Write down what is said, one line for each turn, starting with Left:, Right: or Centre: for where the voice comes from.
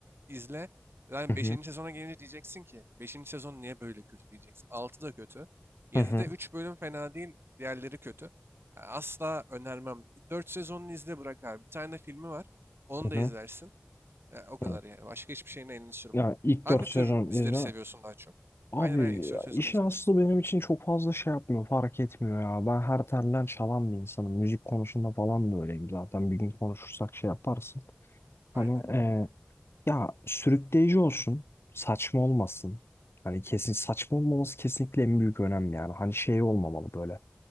Right: İzle. Yani
Left: Hı
Right: beşinci
Left: hı.
Right: sezona gelince diyeceksin ki beşinci sezon niye böyle kötü diyeceksin. 6 da kötü. 7'de
Left: Hı hı.
Right: 3 bölüm fena değil. Diğerleri kötü. Yani asla önermem. 4 sezonunu izle bırak abi. Bir tane de filmi var. Onu
Left: Hı
Right: da izlersin.
Left: hı.
Right: E o kadar
Left: hı.
Right: yani. Başka hiçbir şeyin elini sürme.
Left: Ya ilk
Right: Hangi
Left: 4
Right: tür
Left: sezon
Right: dizileri
Left: izle.
Right: seviyorsun daha çok?
Left: Abi
Right: Aynen aynen. İlk sezonu
Left: ya işin
Right: izle.
Left: aslı benim için çok fazla şey yapmıyor, fark etmiyor ya. Ben her telden çalan bir insanım. Müzik konusunda falan da öyleyim zaten. Bir gün konuşursak şey yaparsın.
Right: Aynen.
Left: Hani e, ya sürükleyici olsun, saçma olmasın. Hani kesin saçma olmaması kesinlikle en büyük önem yani. Hani şey olmamalı böyle.